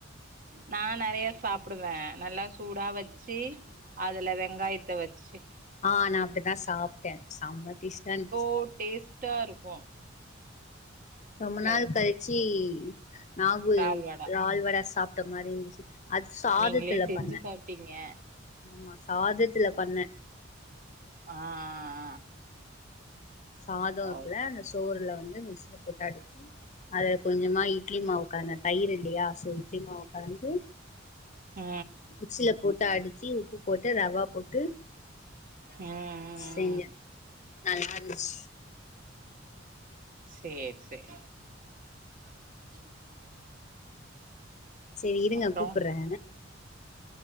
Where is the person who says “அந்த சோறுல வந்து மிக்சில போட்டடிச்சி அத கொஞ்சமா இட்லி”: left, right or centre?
Left